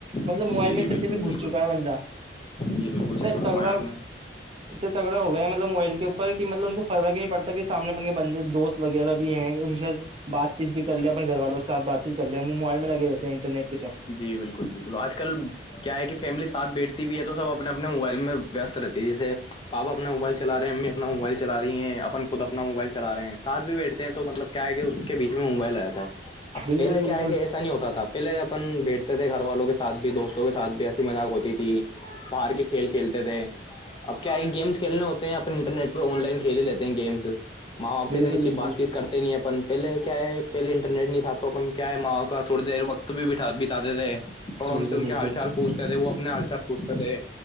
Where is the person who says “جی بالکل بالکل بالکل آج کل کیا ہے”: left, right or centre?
Left